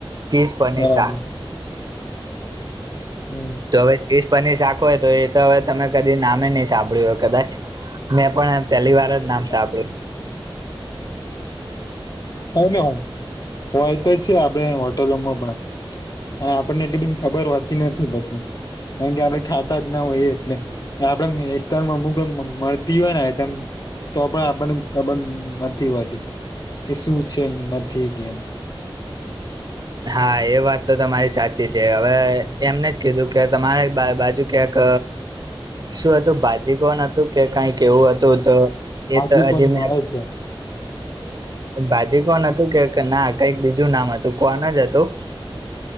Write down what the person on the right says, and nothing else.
ચીઝ પનીર
શાક
તો હવે ચીસ પનીર શાક આખું હોય તો એ તો હવે તમે કદી નામે નહીં સાંભળ્યું હોય કદાચ મેં પણ, પહેલી વાર
જ નામ સાંભળ્યુ
હા એ વાત તો તમારી સાચી છે. હવે એમને જ કીધું કે તમારે બાજુ ક્યાંક શું હતું બાજી કોન હતું કે કઈ કેવું હતું તો
એ તો
હજી મે
બાજી કોન હતું કે ના કઈક બીજું નામ હતું કોન જ હતું